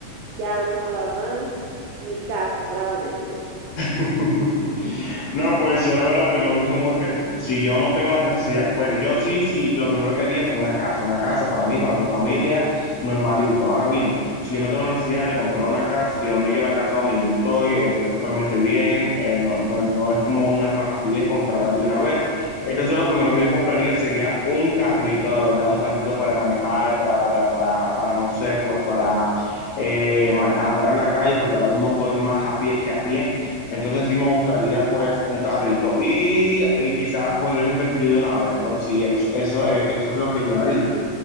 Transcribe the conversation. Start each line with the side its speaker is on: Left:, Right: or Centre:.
Right: ya no joda más, mi casa, claramente.
Left: <laughs> No, pues yo la verdad opino lo mismo igual que tú. Si yo no tengo la necesidad, pues yo sí, sí, lo primero que haría fue una casa, una casa para mí, para mi familia, normalito. Ahora bien, si yo no tengo la necesidad de comprar una casa, si donde yo la casa donde yo estoy eh, esté totalmente bien, eh, no, no, no es como una rapidez comprarla de una vez. Entonces lo primero que yo compraría sería un carrito, la verdad, un carrito para manejar, para, para, para, para, no sé, pues para eh, man- andar en la calle, porque ahora mismo estoy más a pie que a pie. Entonces sí me gustaría pues un carrito y, y quizás ponerlo invertido de una vez, pero sí, eso, es- eso, eh, eso es lo que yo haría.